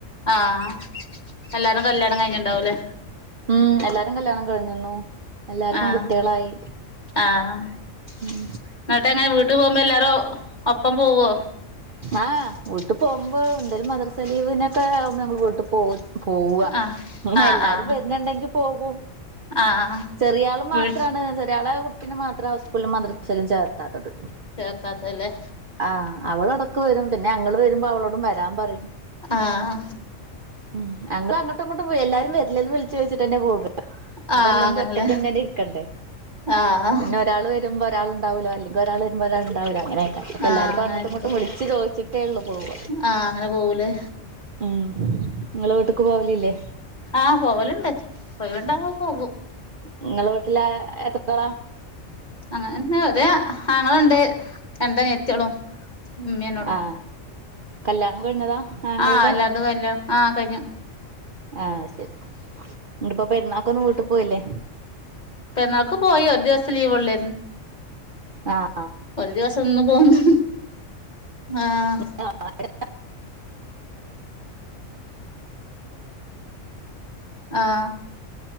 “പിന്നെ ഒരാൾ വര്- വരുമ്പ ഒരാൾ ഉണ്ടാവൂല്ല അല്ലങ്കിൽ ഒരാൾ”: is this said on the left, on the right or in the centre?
Right